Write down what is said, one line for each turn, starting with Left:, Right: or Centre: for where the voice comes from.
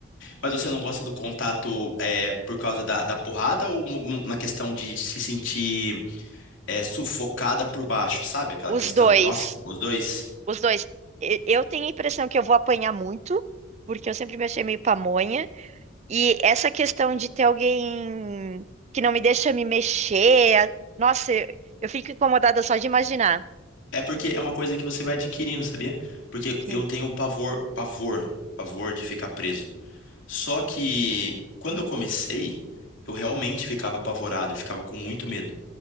Left: Mas você não gosta do contato é, por causa da, da porrada ou mu- mu- na questão de se sentir é, sufocada por baixo, sabe? Aquela
Right: Os
Left: questão
Right: dois,
Left: de, nossa, os dois.
Right: os dois. E- Eu tenho a impressão que eu vou apanhar muito, porque eu sempre me achei meio pamonha. E essa questão de ter alguém que não me deixa me mexer, a- nossa, eu, eu fico incomodada só de imaginar.
Left: É porque é uma coisa que você vai adquirindo, sabia? Porque
Right: Sim,
Left: eu tenho um pavor, pavor, pavor de ficar preso. Só que quando eu comecei, eu realmente ficava apavorado, eu ficava com muito medo.